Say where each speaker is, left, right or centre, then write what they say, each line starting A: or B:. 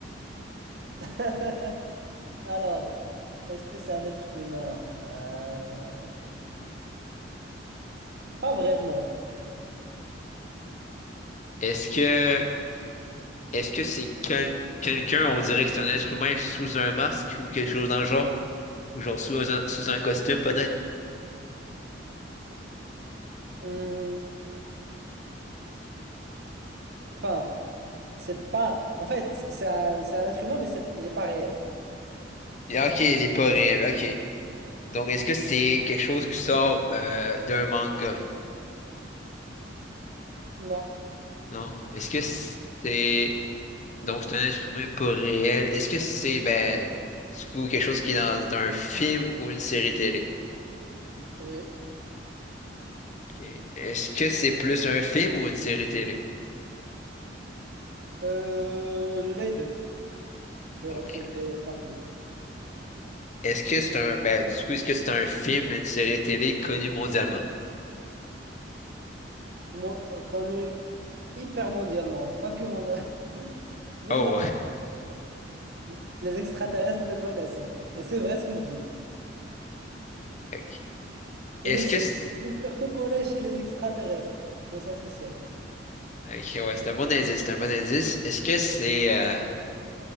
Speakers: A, on the right (about 60°); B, on the left (about 40°).
A: <laughs> Alors, est-ce que c'est un être humain? Euh, Pas vraiment.
B: Est-ce que est-ce que c'est quel- quelqu'un, on dirait que c'est un être humain sous un masque ou quelque chose dans le genre? Ou genre sous un, sous un costume peut-être?
A: Hmm, Enfin, c'est pas. En fait, c'est un, c'est un être humain, mais c'est... il n'est pas réel.
B: Et ok, il n'est pas réel, ok. Donc est-ce que c'est quelque chose qui sort euh, d'un manga?
A: Non.
B: Non? Est-ce que c'est... Donc c'est un être humain pas réel. Est-ce que c'est ben du coup, quelque chose qui est dans, dans un film ou une série télé?
A: Oui.
B: Ok. Est-ce que c'est plus un film ou une série télé?
A: Euh, les deux. Je peux
B: Ok.
A: le retrouver partout.
B: Est-ce que c'est un ben, du coup, est-ce que c'est un film, une série télé connue mondialement?
A: mo- euh, connu hyper mondialement, pas que mon... <laughs> Même
B: Oh,
A: la
B: <laughs>
A: euh, les extraterrestres le connaissent en fait. Et c'est vrai ce que je dis.
B: ok. est-ce
A: Et les surtout,
B: que c'est...
A: surtout connue chez les extraterrestres. Comme ça, tu sais.
B: Ok, ouais, c'est un bon indice, c'est un bon indice. Est-ce que c'est euh,